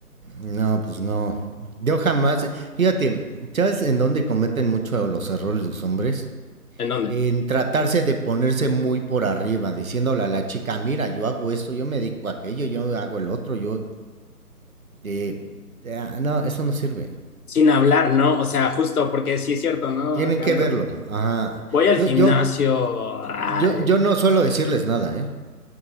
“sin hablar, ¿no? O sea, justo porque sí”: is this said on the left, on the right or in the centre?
Left